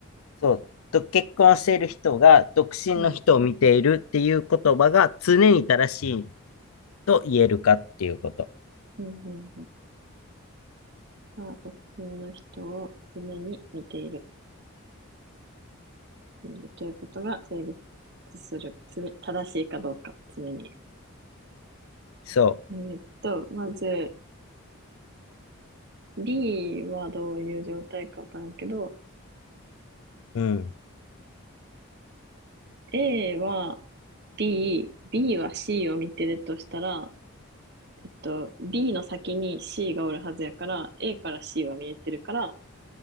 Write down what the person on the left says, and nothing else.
そう。と結婚している人が独身の人を見ているっていう言葉が常に正しい
と言えるかっていうこと。
そ
う。うん。